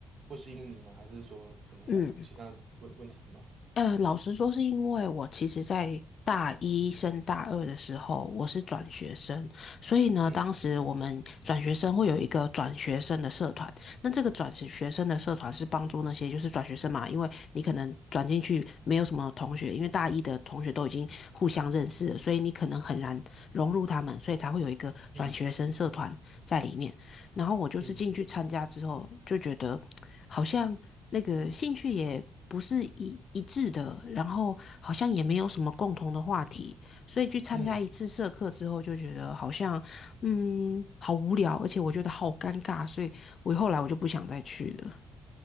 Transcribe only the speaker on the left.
嗯，
呃，老实说，是因为我其实，在大一升大二的时候，我是转学生，所以呢，
当时我们转学生会有一个转学生的社团。那这个转学生的社团是帮助那些就是转学生嘛，因为你可能转进去没有什么同学，因为大一的同学都已经互相认识了，所以你可能很难融入他们，所以才会有一个转学生社团在里面。
然后我就是进去参加之后，
就觉得 <tsk> 好像那个兴趣也不是一一致的，然后好像也没有什么共同的话题，所以去参加一次社课之后，
就觉得好像嗯好无聊，而且我觉得好尴尬，所以我后来我就不想再去了。